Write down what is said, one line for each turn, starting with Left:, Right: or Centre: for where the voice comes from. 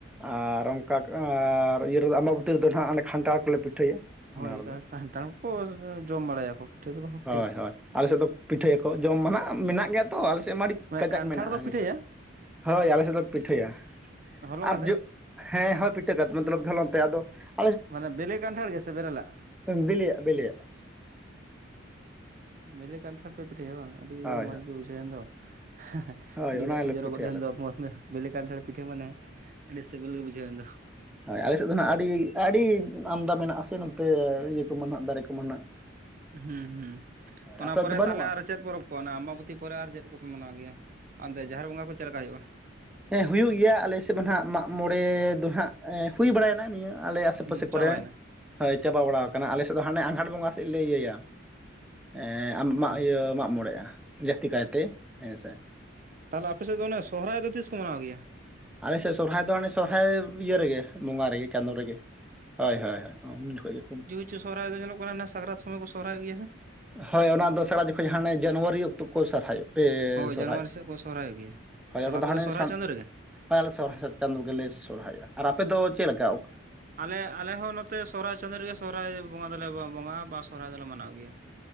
Centre: ᱟᱨ ᱚᱱᱠᱟ ᱟᱨ ᱤᱭᱟᱹ ᱨᱮᱫᱚ ᱟᱢᱵᱟᱵᱟᱹᱛᱤ ᱨᱮᱫᱚ ᱱᱟᱦᱟᱸᱜ ᱚᱱᱮ ᱠᱷᱟᱱᱴᱷᱟᱲ ᱠᱚᱞᱮ ᱯᱤᱴᱷᱟᱹᱭᱟ
Right: ᱦᱳᱭ
Centre: ᱚᱱᱟ ᱨᱮᱫᱚ
Right: ᱠᱟᱱᱴᱷᱟᱲ ᱠᱚ ᱡᱚᱢ ᱵᱟᱲᱟᱭᱟᱠᱚ ᱫᱚ ᱵᱟᱠᱚ ᱯᱤᱴᱷᱟᱹᱭᱟ
Centre: ᱦᱳᱭ ᱦᱳᱭ ᱟᱞᱮᱥᱮᱫ ᱫᱚ ᱯᱤᱴᱷᱟᱹᱭᱟᱠᱚ ᱡᱚᱢ ᱢᱟ ᱦᱟᱸᱜ ᱢᱮᱱᱟᱜ ᱜᱮᱭᱟ ᱛᱚ ᱟᱞᱮᱥᱮᱫ ᱢᱟ ᱟᱹᱰᱤ
Right: ᱢᱟᱱᱮ
Centre: ᱠᱟᱡᱟᱠ
Right: ᱠᱟᱱᱴᱷᱟᱲ
Centre: ᱢᱮᱱᱟᱜᱼᱟ
Right: ᱠᱚ ᱯᱤᱴᱷᱟᱹᱭᱟ
Centre: ᱦᱮᱸᱥᱮ ᱦᱳᱭ ᱟᱞᱮ ᱥᱮᱫ ᱫᱚ ᱯᱤᱴᱷᱟᱹᱭᱟ
Right: ᱦᱚᱞᱚᱝ
Centre: ᱟᱨ
Right: ᱟᱛᱮᱫ
Centre: ᱡᱚᱜ ᱦᱮᱸ ᱦᱳᱭ ᱯᱤᱴᱷᱟᱹ ᱠᱟᱛ ᱢᱚᱛᱞᱚᱵᱽ ᱜᱷᱚᱞᱚᱱ ᱛᱮ ᱟᱫᱚ ᱾
Right: ᱢᱟᱱᱮ ᱵᱮᱞᱮ ᱠᱟᱱᱴᱷᱟᱲ ᱜᱮ ᱥᱮ ᱵᱮᱨᱮᱞᱟᱜ?
Centre: ᱵᱤᱞᱤᱭᱟᱜ ᱵᱮᱞᱤᱭᱟᱜ ᱾
Right: ᱵᱮᱞᱮ ᱠᱟᱱᱴᱷᱟᱲ ᱯᱮ ᱯᱤᱴᱷᱟᱹᱭᱟ ᱵᱟᱝ ᱟᱹᱰᱤ
Centre: ᱦᱳᱭ
Right: ᱢᱚᱸᱡᱽ ᱜᱮ ᱵᱩᱡᱷᱟᱹᱣ ᱮᱱ ᱫᱚ <inaudible>
Centre: ᱦᱳᱭ
Right: ᱩᱞᱤ
Centre: ᱚᱱᱟ
Right: ᱫᱟᱜ
Centre: ᱜᱮᱞᱮ
Right: ᱜᱮ ᱡᱚᱨᱚ
Centre: ᱯᱤᱴᱷᱟᱹᱭᱟ
Right: ᱜᱚᱫ ᱮᱱ
Centre: ᱟᱞᱮ
Right: ᱫᱚ <inaudible> ᱵᱮᱞᱮ ᱠᱟᱱᱴᱷᱟᱲ ᱯᱤᱴᱷᱟᱹ ᱢᱟᱱᱮ ᱟᱹᱰᱤ ᱥᱮᱵᱤᱞ ᱜᱮ ᱵᱩᱡᱷᱟᱹᱣ ᱮᱱ ᱫᱚ ᱾
Centre: ᱦᱳᱭ ᱟᱞᱮ ᱥᱮᱫ ᱫᱚ ᱱᱟᱦᱟᱸᱜ ᱟᱹᱰᱤ ᱟᱹᱰᱤ ᱟᱢᱫᱟ ᱢᱮᱱᱟᱜᱼᱟᱥᱮ ᱱᱚᱱᱛᱮ ᱤᱭᱟᱹ ᱠᱚᱢᱟ ᱱᱟᱦᱟᱸᱜ ᱫᱟᱨᱮ ᱠᱚᱢᱟ ᱢᱟᱱᱟᱸᱜ ᱾
Right: ᱦᱩᱸ ᱦᱩᱸ ᱚᱱᱟ
Centre: ᱟᱯᱮ
Right: ᱯᱚᱨᱮ
Centre: ᱚᱱᱛᱮ ᱵᱟᱹᱱᱩᱜᱼᱟ
Right: ᱛᱟᱦᱞᱮ ᱟᱨ ᱪᱮᱫ ᱯᱚᱨᱚᱵᱽ? <inaudible> ᱚᱱᱟ ᱟᱢᱵᱟᱵᱚᱛᱤ ᱯᱚᱨᱮ ᱟᱨ ᱪᱮᱫ ᱠᱚᱯᱮ ᱢᱟᱱᱟᱣ ᱜᱮᱭᱟ ᱟᱱᱛᱮ ᱡᱟᱦᱮᱨ ᱵᱚᱸᱜᱟ ᱠᱚ ᱪᱮᱞᱠᱟ ᱦᱩᱭᱩᱜᱼᱟ?
Centre: ᱦᱮᱸ ᱦᱩᱭᱩᱜ ᱜᱮᱭᱟ ᱟᱞᱮ ᱥᱮᱫ ᱢᱟ ᱱᱟᱦᱟᱸᱜ ᱢᱟᱜ ᱢᱚᱬᱮ ᱫᱚ ᱦᱟᱸᱜ ᱦᱩᱭ ᱵᱟᱲᱟᱭᱮᱱᱟ ᱱᱤᱭᱟᱹ ᱟᱞᱮᱭᱟ ᱥᱟᱯᱟᱥᱤ
Right: ᱦᱩᱸ ᱪᱟᱵᱟᱭᱮᱱᱟ
Centre: ᱠᱚᱨᱮ ᱦᱳᱭ ᱪᱟᱵᱟ ᱵᱟᱲᱟᱣ ᱠᱟᱱᱟ ᱟᱞᱮ ᱥᱮᱫ ᱫᱚ ᱦᱟᱱᱮ ᱟᱸᱜᱷᱟᱲ ᱵᱚᱸᱜᱟ ᱥᱮᱫ ᱞᱮ ᱤᱭᱟᱹᱭᱟ ᱾ ᱮᱸ
Right: ᱚ
Centre: ᱢᱟᱜ ᱤᱭᱟᱹ ᱢᱟᱜ ᱢᱚᱬᱮᱜᱼᱟ ᱡᱟᱹᱥᱛᱤ ᱠᱟᱭᱛᱮ ᱦᱮᱸ ᱥᱮ ᱾
Right: ᱛᱟᱞᱮ ᱟᱯᱮ ᱥᱮᱫ ᱫᱚ ᱚᱱᱮ ᱥᱚᱦᱨᱟᱭ ᱫᱚ ᱛᱤᱥ ᱠᱚ ᱢᱟᱱᱟᱣ ᱜᱮᱭᱟ?
Centre: ᱟᱞᱮ ᱥᱮᱜ ᱥᱚᱨᱦᱟᱭ ᱫᱚ ᱦᱟᱱᱮ ᱥᱚᱨᱦᱟᱭ ᱤᱭᱟᱹ ᱨᱮᱜᱮ ᱵᱚᱸᱜᱟ ᱨᱮᱜᱮ ᱪᱟᱸᱫᱳ ᱨᱮᱜᱮ ᱾ ᱦᱳᱭ ᱦᱳᱭ ᱦᱳᱭ ᱩᱱ ᱡᱚᱠᱷᱚᱡ ᱜᱮ ᱠᱚ ᱾
Right: ᱪᱷᱩ ᱥᱚᱦᱨᱟᱭ ᱫᱚ ᱧᱮᱞᱚᱜ ᱠᱟᱱᱟ ᱚᱱᱟ ᱥᱟᱠᱨᱟᱛ ᱥᱚᱢᱚᱭ ᱠᱚ ᱥᱚᱦᱨᱟᱭᱚᱜ ᱜᱮᱭᱟ ᱥᱮ?
Centre: ᱦᱳᱭ ᱚᱱᱟ ᱫᱚ ᱫᱚᱥᱨᱟ ᱡᱚᱠᱷᱚᱡ ᱦᱟᱱᱮ ᱡᱟᱱᱩᱣᱟᱨᱤ ᱚᱠᱛᱚ ᱠᱚ ᱥᱚᱦᱨᱟᱭᱚᱜ ᱾ ᱯᱮ
Right: ᱦᱳᱭ
Centre: ᱥᱚᱦᱨᱟᱭ
Right: ᱡᱟᱱᱩᱣᱟᱨᱤ ᱥᱮᱫ ᱠᱚ ᱥᱚᱦᱨᱟᱭᱚᱜ ᱜᱮᱭᱟ
Centre: ᱦᱳᱭ
Right: ᱛᱟᱦᱚᱞᱮ
Centre: ᱚᱱᱟ ᱫᱚ
Right: ᱟᱯᱮ
Centre: ᱦᱟᱱᱮ
Right: ᱥᱚᱦᱨᱟᱭ
Centre: ᱥᱟᱱᱼ
Right: ᱪᱟᱸᱫᱳ ᱨᱮᱜᱮ?
Centre: ᱦᱳᱭ ᱟᱞᱮ ᱥᱚᱦᱨᱟᱭ ᱪᱟᱸᱫᱳ ᱜᱮᱞᱮ ᱥᱚᱦᱨᱟᱭᱟ ᱟᱨ ᱟᱯᱮᱫᱚ ᱪᱮᱞᱠᱟ?
Right: ᱟᱞᱮ ᱟᱞᱮ ᱦᱚᱸ ᱱᱚᱛᱮ ᱥᱚᱦᱨᱟᱭ ᱪᱟᱸᱫᱳ ᱨᱮᱜᱮ ᱥᱚᱦᱨᱟᱭ ᱵᱚᱸᱜᱟ ᱫᱚᱞᱮ ᱵᱚᱸᱜᱟᱼᱟ ᱵᱟ ᱥᱚᱦᱨᱟᱭ ᱫᱚᱞᱮ ᱢᱟᱱᱟᱣ ᱜᱮᱭᱟ ᱾